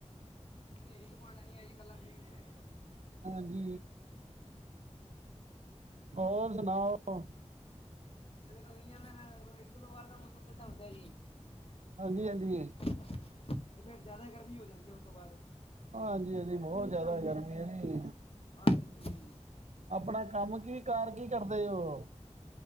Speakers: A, on the left; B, on the right.
A: ਹਨੇਰੀ ਤੇ ਪਹਿਲਾ ਨਈ ਆਈ ਜੀ, ਕਲਾਂ ਮੀਂਹ ਹੀ ਆਯਾ ਐ ਸਾਡੇ
B: ਹਾਂਜੀ ਹੋਰ ਸੁਣਾਓ
A: ਫਿਰ ਹਨੇਰੀਆਂ ਨਾਲ, ਇੱਕ ਦੋ ਵਾਰ ਤਾਂ ਮੌਸਮ ਠੰਡਾ ਹੁੰਦਾ ਜੀ
B: ਹਾਂਜੀ ਹਾਂਜੀ
A: ਤੇ ਫ਼ੇਰ ਜ਼ਿਆਦਾ ਗਰਮੀ ਹੋ ਜਾਂਦੀ ਉਸ ਤੋਂ ਬਾਦ
B: ਹਾਂਜੀ ਹਾਂਜੀ ਬਹੁਤ ਜ਼ਿਆਦਾ ਗਰਮੀ ਆ ਜੀ
A: ਹਾਂਜੀ
B: ਆਪਣਾ ਕੰਮ ਕੀ ਕਾਰ ਕੀ ਕਰਦੇ ਉਹ